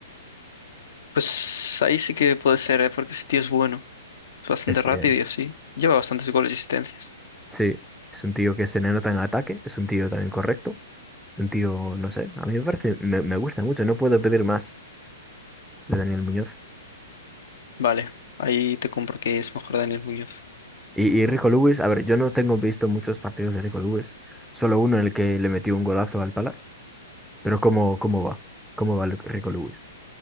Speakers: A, on the left; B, in the centre.
A: Pues ahí sí que puede ser, ¿eh? Porque ese tío es bueno. Es bastante
B: Es
A: rápido
B: que
A: y así. Lleva bastantes goles y asistencias.
B: sí, es un tío que se le nota en ataque, es un tío también correcto, es un tío, no sé, a mí me parece, me, me gusta mucho, no puedo pedir más de Daniel Muñoz.
A: Vale, ahí te compro que es mejor Daniel Muñoz.
B: Y, y Rico Lewis, a ver, yo no tengo visto muchos partidos de Rico Lewis, solo uno en el que le metió un golazo al Palace, pero ¿cómo, cómo va? ¿Cómo va Lu- Rico Lewis?